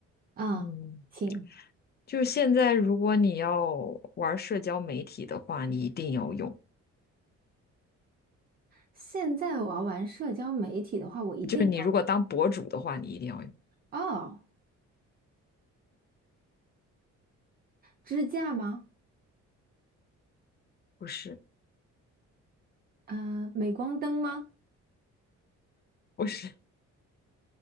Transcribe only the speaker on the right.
啊，
请。
现在我要玩社交媒体的话，我一定要
哦，支架吗？
嗯、镁光灯吗？